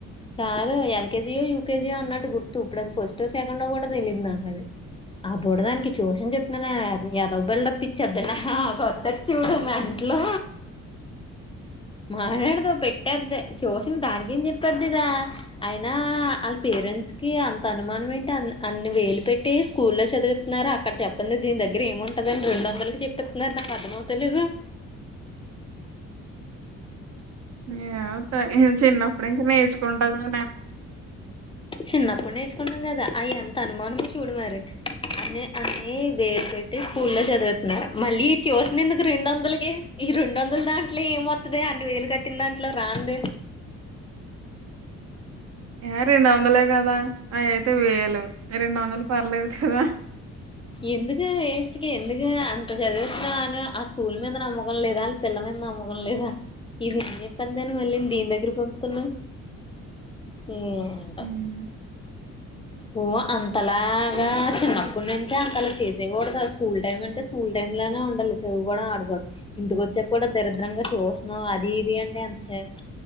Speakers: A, on the left (about 20°); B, on the right (about 55°).
A: కాదు ఎల్కేజియో యూకేజియో అన్నట్టు గుర్తు ఇప్పుడది ఫస్టో సెకండో కూడా తెలిదు నాకది ఆ బొడదానికి ట్యూషన్ చెప్తున్నాను అది ఎదవబిల్డుప్ ఇచ్చెద్ది నాకోతద్ చూడు మెంటా లూ మాట్లాడదు పెటేద్దే ట్యూషన్ దానికి ఏం చెప్పాదిదా అయినా అళ్ పేరెంట్స్ కి అంత అనుమానం ఏంటి అ అన్ని వేలు పెట్టి స్కూల్లో చదువితున్నారు అక్కడ చెప్పంది దీని దగ్గర ఏముంటదని రెండు వందలకి చెప్పితున్నారు నాక్ అర్ధమోవాతలేదు
B: ఏమో త ఇహి చిన్నప్పుడు ఇంకా నేర్చుకుంటదని
A: చిన్నప్పుడు నేర్చుకుంటాం కదా ఐఎంత అనుమానమో చూడు మరి అడ్ని అని వేలు పెట్టి స్కూలో చదువితున్నారు మళ్ళీ ఇ ట్యూషన్ ఎందుకు రెండోదలకి ఈ రెండొందలు దాంట్లో ఎంవాతదే అన్ని వేలు కట్టిన దాంట్లో రంధి
B: ఎ రెండు వందలే కదా అవి అయితే వేలు రెండు వందలు పర్లేదు కదా
A: ఎందుకు వెస్ట్ ఎందుకు అంత చదివిస్తున్నాని ఆ స్కూల్ మీద నమ్మకం లేదా వాళ్ళ పిల్ల మీద నమ్మకం లేదా ఇదేం ఏం ప్పందాని మళ్ళీ దీని దగ్గరికి పంపుతున్నావ్ ఏంటో
B: హ్మ్.
A: వు అంతలాగా
B: ఆ!
A: చిన్న ఇప్పుడ్ నుంచే అంత అలా చేసేకుడదు స్కూల్ టైమ్ అంటే స్కూల్ టైమ్ లనే ఉండాలి చదువుకోవడం ఆడకోవడం ఇంటికోచి చేపుడో దరిద్రంగా చూస్తున్నావ్ అది ఇది అంటే ఎంత